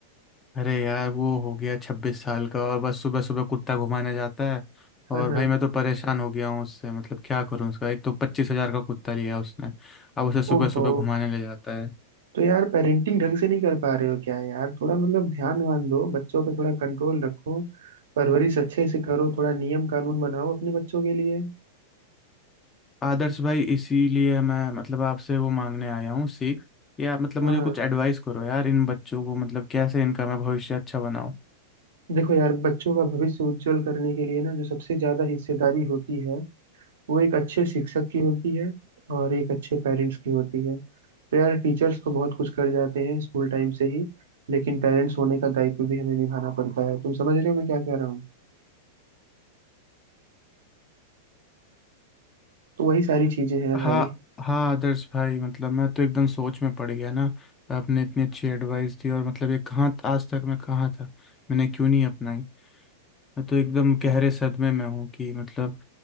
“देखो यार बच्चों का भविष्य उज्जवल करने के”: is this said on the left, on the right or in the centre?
Right